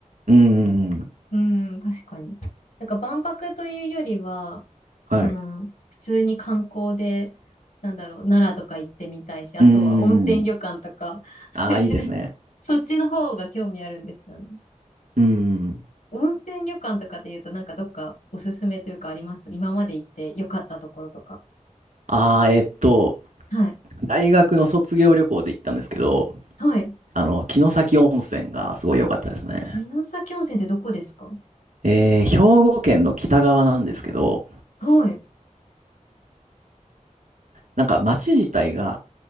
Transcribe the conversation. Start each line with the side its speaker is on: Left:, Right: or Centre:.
Right: うん、うんうん
Left: うーん、確かに。なんか万博というよりは、
Right: はい。
Left: その、普通に観光で、なんだろう、奈良とか行ってみたいし、あとは温泉旅館とか、
Right: うん、ああ、
Left: <laughs>
Right: いいですね。
Left: そっちの方が興味あるんですよね。
Right: うん。
Left: 温泉旅館とかで言うと、なんかどっかおすすめというかあります今まで行って良かったところとか。
Right: ああ、えっと、
Left: はい。
Right: 大学の卒業旅行で行ったんですけど、
Left: はい。
Right: あの、城崎温泉がすごい良かったですね。
Left: 城崎温泉ってどこですか
Right: えー、兵庫県の北側なんですけど、
Left: はい。
Right: なんか町自体が